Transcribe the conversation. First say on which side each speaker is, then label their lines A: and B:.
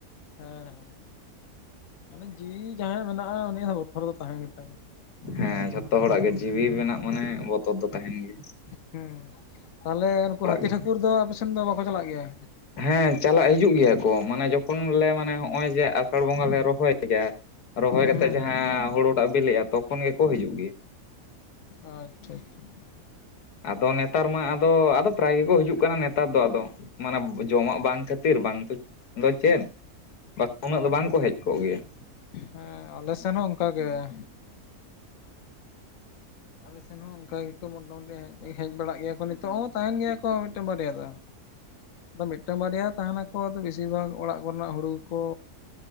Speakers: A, on the left; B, on the left.
A: ᱦᱮᱸ, ᱦᱮᱸ, ᱢᱟᱱᱮ ᱡᱤᱣᱤ ᱡᱟᱦᱟᱸᱭᱟᱜ ᱢᱮᱱᱟᱜᱼᱟ ᱩᱱᱤᱭᱟᱜ ᱫᱚ ᱵᱚᱛᱚᱨ ᱫᱚ ᱛᱟᱦᱮᱸ ᱜᱮᱛᱟᱭᱟ ᱾
B: ᱦᱮᱸ, ᱡᱷᱚᱛᱚ ᱦᱚᱲᱟᱜ ᱜᱮ ᱡᱤᱣᱤ ᱢᱮᱱᱟᱜ ᱢᱟᱱᱮ ᱵᱚᱛᱚᱨ ᱫᱚ ᱛᱟᱦᱮᱱ ᱜᱮᱭᱟ ᱾
A: ᱦᱮᱸ, ᱛᱟᱦᱚᱞᱮ ᱱᱩᱠᱩ ᱦᱟᱹᱛᱤ
B: ᱜᱮ
A: ᱴᱷᱟᱹᱠᱩᱨ ᱫᱚ ᱟᱯᱮᱥᱮᱱ ᱫᱚ ᱵᱟᱠᱚ ᱪᱟᱞᱟᱜ ᱜᱮᱭᱟ?
B: ᱦᱮᱸ, ᱪᱟᱞᱟᱜ ᱦᱤᱡᱩᱜ ᱜᱮᱭᱟ ᱠᱚ ᱢᱟᱱᱮ ᱡᱚᱠᱷᱚᱱ ᱞᱮ ᱢᱟᱱᱮ ᱦᱚᱜᱼᱚᱭ ᱡᱮ ᱟᱥᱟᱲ ᱵᱚᱸᱜᱟ ᱞᱮ ᱨᱚᱦᱚᱭ ᱜᱮᱭᱟ, ᱨᱚᱦᱚᱭ ᱠᱟᱛᱮᱫ
A: ᱦᱩᱸ
B: ᱡᱟᱦᱟᱸ ᱦᱩᱲᱩᱴᱟᱜ ᱵᱮᱞᱮᱜᱼᱟ, ᱛᱚᱠᱷᱚᱱ ᱜᱮᱠᱚ ᱦᱤᱡᱩᱜ ᱜᱮᱭᱟ ᱾
A: ᱟᱪᱪᱷᱟ, ᱟᱪᱪᱷᱟ ᱾
B: ᱟᱫᱚ ᱱᱮᱛᱟᱨ ᱢᱟ ᱟᱫᱚ ᱟᱫᱚ ᱯᱨᱟᱭ ᱜᱮᱠᱚ ᱦᱤᱡᱩᱜ ᱠᱟᱱᱟ ᱱᱮᱛᱟᱨ ᱫᱚ ᱟᱫᱚ, ᱢᱟᱱᱮ ᱡᱚᱢᱟᱜ ᱵᱟᱝ ᱠᱷᱟᱹᱛᱤᱨ ᱵᱟᱝ ᱛᱚ ᱫᱚ ᱪᱮᱫ ᱵᱟ ᱩᱱᱟᱹᱜ ᱫᱚ ᱵᱟᱝ ᱠᱚ ᱦᱮᱡ ᱠᱚᱜ ᱜᱮᱭᱟ ᱾
A: ᱦᱮᱸ, ᱟᱞᱮ ᱥᱮᱱ ᱦᱚᱸ ᱚᱱᱠᱟᱜᱮ ᱾ ᱟᱞ ᱥᱮᱱ ᱦᱚᱸ ᱚᱱᱠᱟ ᱜᱮᱠᱚ ᱢᱚᱴᱟᱢᱩᱴᱤ ᱦᱮᱡ ᱦᱮᱸᱡ ᱵᱟᱲᱟᱜ ᱜᱮᱭᱟ ᱠᱚ ᱱᱤᱛᱚᱜ ᱦᱚᱸ ᱛᱟᱦᱮᱱ ᱜᱮᱭᱟ ᱠᱚ ᱢᱤᱫᱴᱮᱱ ᱵᱟᱨᱭᱟ ᱫᱚ ᱾
B: <inaudible>
A: ᱟᱫᱚ ᱢᱤᱫᱴᱟᱝ ᱵᱟᱨᱭᱟ ᱦᱚᱸ ᱛᱟᱦᱮᱱᱟ ᱠᱚ ᱟᱫᱚ ᱵᱮᱥᱤᱨ ᱵᱷᱟᱜᱽ ᱚᱲᱟᱜ ᱠᱚᱨᱮᱱᱟᱜ ᱦᱩᱲᱩ ᱜᱮᱠᱚ